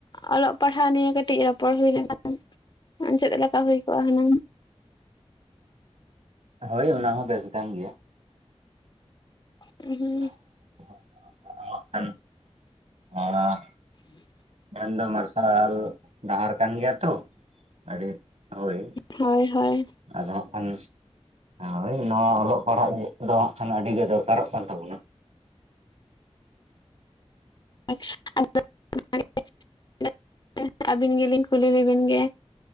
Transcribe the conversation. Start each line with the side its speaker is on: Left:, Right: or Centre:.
Left: ᱚᱞᱚᱜ ᱯᱟᱲᱦᱟᱣ ᱱᱤᱭᱮ ᱠᱟᱹᱴᱤᱡ ᱨᱚᱯᱚᱲ ᱦᱩᱭ ᱞᱮᱱᱠᱷᱟᱱ ᱪᱮᱫ ᱞᱮᱠᱟ ᱦᱩᱭ ᱠᱚᱜᱼᱟ ᱦᱩᱱᱟᱹᱝ?
Right: ᱦᱳᱭ ᱚᱱᱟ ᱦᱚᱸ ᱵᱮᱥ ᱜᱟᱱ ᱜᱮᱭᱟ᱾
Left: ᱦᱮᱸ
Right: <unintelligible> <unintelligible>
Left: <inaudible>
Right: ᱢᱮᱱ ᱫᱚ ᱢᱟᱨᱥᱟᱞ ᱰᱟᱦᱟᱨ ᱠᱟᱱ ᱜᱮᱭᱟ ᱛᱚ ᱟᱹᱰᱤ ᱦᱳᱭ
Left: ᱦᱳᱭ ᱦᱳᱭ
Right: ᱟᱫᱚ ᱦᱟᱸᱜ ᱠᱷᱚᱱ ᱦᱳᱭ ᱱᱚᱣᱟ ᱚᱞᱚᱜ ᱯᱟᱲᱦᱟᱜ ᱫᱚ ᱦᱟᱸᱜ ᱠᱷᱟᱱ ᱟᱹᱰᱤ ᱜᱮ ᱫᱚᱨᱠᱟᱨᱚᱜ ᱠᱟᱱ ᱛᱟᱵᱚᱱᱟ᱾
Left: <unintelligible> ᱟᱹᱵᱤᱱ ᱜᱮᱞᱤᱧ ᱠᱩᱞᱤ ᱞᱮᱵᱤᱱ ᱜᱮ